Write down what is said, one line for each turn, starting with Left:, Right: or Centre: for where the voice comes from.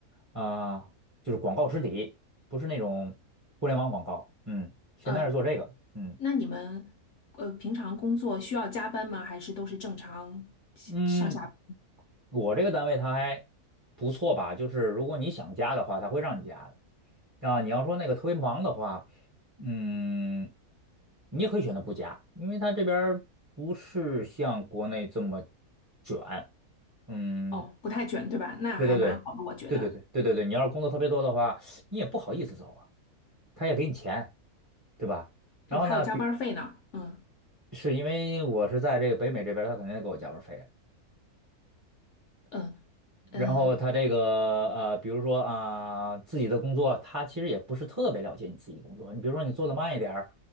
Right: 啊、就是广告实体，不是那种互联网广告，嗯，现在是做这个，
Left: 嗯，
Right: 嗯
Left: 那你们呃，平常工作需要加班吗？还是都是正常
Right: 嗯，
Left: 上下班？
Right: 我这个单位它还不错吧，就是如果你想加的话，它会让你加的，啊，你要说那个特别忙的话，嗯，你也可以选择不加，因为它这边儿不是像国内这么卷。嗯，
Left: 哦，不太卷，对吧？那还蛮好的，
Right: 对对对，
Left: 我觉得。
Right: 对对对对对对，你要是工作特别多的话，你也不好意思走啊，他也给你钱，对吧？然后呢，
Left: 哦，还有加班费呢。
Right: 比
Left: 嗯。
Right: 是因为我是在这个北美这边儿他肯定给我加班儿费啊。
Left: 嗯嗯，
Right: 然后他这个呃，
Left: 呃
Right: 比如说啊、自己的工作，他其实也不是特别了解你自己工作。你比如说你做的慢一点儿，